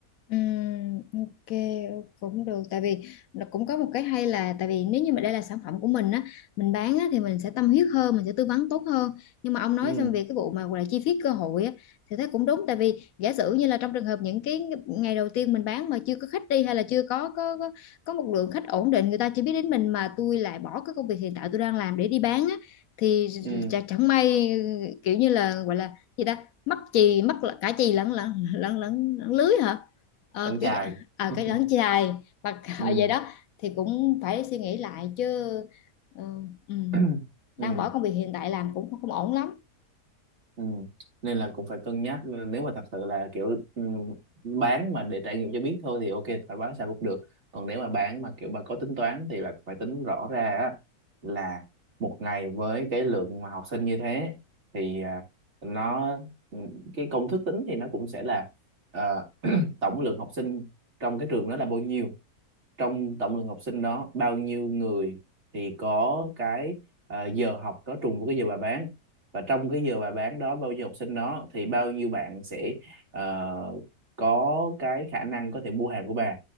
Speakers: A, on the left (about 70°); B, on the right (about 45°).
A: Ừm, ok cũng được tại vì nó cũng có một cái hay là tại vì nếu như mà đây là sản phẩm của mình á mình bán á, thì mình sẽ tâm huyết hơn mình sẽ tư vấn tốt hơn nhưng mà ông nói
B: ừ
A: xong về cái vụ mà gọi là chi phí cơ hội á thì thấy cũng đúng tại vì giả sử như là trong trường hợp những cái ngày đầu tiên mình bán mà chưa có khách đi hay là chưa có có có, có một lượng khách ổn định người ta chỉ biết đến mình mà tôi lại bỏ cái công việc hiện tại tôi đang làm để đi bán á thì
B: ừ
A: chả- chẳng may kiểu như là gọi là gì ta mắc chì mắc cả chì lẫn lẫn lẫn lẫn, lẫn lưới hả Ờ,
B: vẫn chài
A: cái à,
B: <laughs>
A: cái đấng chai mà <laughs>
B: ừ
A: vậy đó thì cũng phải suy nghĩ lại chứ ờ, ừ,
B: <clears throat>
A: đang
B: ừ
A: bỏ công việc hiện tại làm cũng không, không ổn lắm
B: Ừ. Nên là cũng phải cân nhắc Ừ, nếu mà thật sự là kiểu ừ, bán mà để trải nghiệm cho biết thôi thì ok phải bán sao cũng được còn nếu mà bán mà kiểu bà có tính toán thì bà phải tính rõ ra á, là một ngày với cái lượng mà học sinh như thế thì à, nó ừ, cái công thức tính thì nó cũng sẽ là ờ, tổng lượng học sinh trong cái trường đó là bao nhiêu trong tổng lượng học sinh đó bao nhiêu người thì có cái ờ, giờ học đó trùng với cái giờ bà bán và trong cái giờ bà bán đó bao nhiêu học sinh đó thì bao nhiêu bạn sẽ ờ, có cái khả năng có thể mua hàng của bà